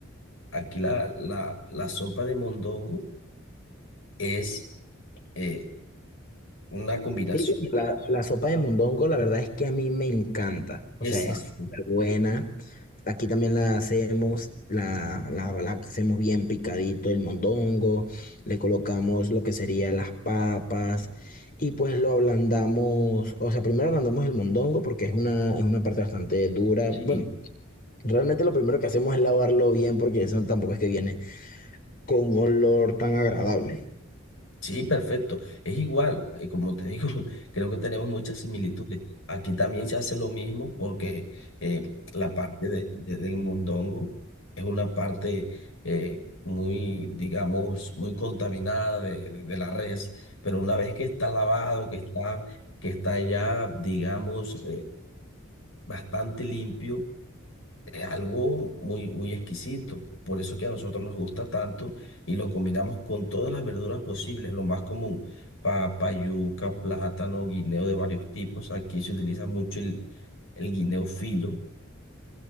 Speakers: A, on the left; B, on the left.
A: Aquí la, la, la sopa de mondongo es eh, una combinación.
B: Sí, bueno, la, la sopa de mondongo, la verdad es que a mí me encanta,
A: Exacto.
B: o sea, es súper buena. Aquí también la hacemos, la, la, la hacemos bien picadito el mondongo, le colocamos lo que serían las papas y pues lo ablandamos, o sea, primero ablandamos el mondongo porque es una, es una parte bastante dura,
A: Sí,
B: bueno, Realmente lo primero que hacemos es lavarlo bien porque eso tampoco es que viene con olor tan agradable.
A: Sí, perfecto. Es igual, eh, como te digo, <laughs> creo que tenemos muchas similitudes. Aquí también se hace lo mismo porque eh, la parte de- de- del mondongo es una parte eh, muy, digamos, muy contaminada de, de- de la res, pero una vez que está lavado, que está, que está ya, digamos, eh, bastante limpio es algo muy, muy exquisito. Por eso que a nosotros nos gusta tanto y lo combinamos con todas las verduras posibles, lo más común, papa, yuca, plátano, guineo de varios tipos. Aquí se utiliza mucho el, el guineo filo,